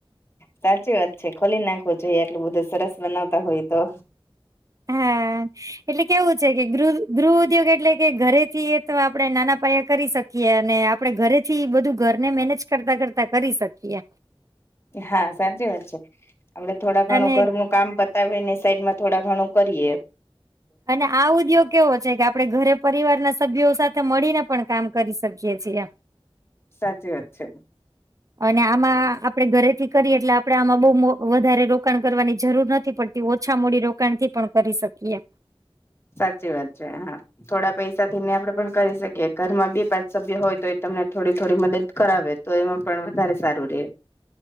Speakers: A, on the left; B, on the right.
A: સાચી વાત છે ખોલી નાખવું જોઈએ એટલું બધું સરસ બનાવતા હોય તો
B: હા એટલે કેવું છે કે ગૃહ ગૃહ ઉદ્યોગ એટલે કે ઘરેથી અથવા આપડે નાના પાયા કરી શકીએ શકીએ અને આપડે ઘરેથી બધું ઘરને મેનેજ કરતા કરતા કરી શકીએ
A: હા સાચી વાત છે આપડે થોડા ઘણું
B: અને
A: ઘરનું કામ બતાવી ને સાઈડમાં થોડા ઘણું કરીએ
B: અને આ ઉદ્યોગ કેવો છે કે આપડણે ઘરે પરિવાર ના સભ્યો સાથે મળીને પણ કામ કરી શકીએ છીએ
A: સાચી વાત છે
B: અને આમાં આપડે ઘરેથી કરીએ એટલે આપડણે આમાં બહ વધારે રોકાણ કરવાની જરૂર નથી પડતી ઓછા મૂડી રોકાણ થી પણ કરી શકીએ
A: સાચી વાત છે હા થોડા પૈસા થી ને આપડે પણ કરી શકીએ ઘરમાં બે પાંચ સભ્ય હોય તો એ તમને થોડી થોડી મદદ કરાવે તો એમાં પણ વધારે સારું રહેે એમ